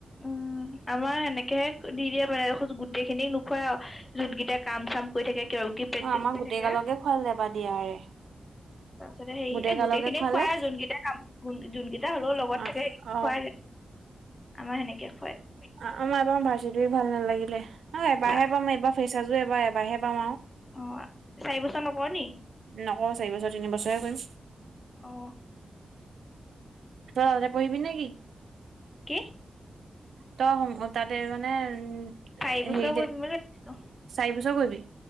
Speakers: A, on the left (about 25°); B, on the right (about 80°).
A: উম আমাৰ হেনেকেহে দি দিয়ে মানে, গোটেইখিনিক নোখোৱাই আও। যোনকেইটা কাম চাম কৰি থাকে, কিয় কি প্ৰেক্টিচ
B: অ আমাৰ
A: কৰি
B: গোটেই
A: থাকে
B: গালকে খুৱালে বাৰ দিয়াৰে
A: তাৰপিছতে হেৰি
B: গোটেই
A: এই,
B: গালকে
A: গোটেইখিনিক
B: খুৱালে
A: খুৱাই, যোনকেইটা কাম যোনকেইটা হ'লেও
B: অ
A: লগত থাকে সেইখিনিক খুৱাগে। আমাৰ সেনেকে খুৱায়।
B: অ' আমাৰ এবাৰ ভাৰ্চিটো ভাল নালাগিলে, আৰু এবাৰহে
A: চা
B: পাম, এইবাৰ ফ্ৰেচাৰজো এবাৰ এবাৰহে পাম আৰু।
A: অ' চাৰি বছৰ নকৰ নি?
B: নকৰোঁ চাৰি বছৰ, তিনি বছৰহে কৰিম।
A: অ'।
B: তই অকলে পঢ়িবি নেকি?
A: কি?
B: তই হ'ম তাতে মানে, উ
A: চাৰি
B: এ,
A: বছৰ
B: হেৰিতে,
A: কৰিম বুলি ভাবিছিলো
B: চাৰি বছৰ কৰিবি?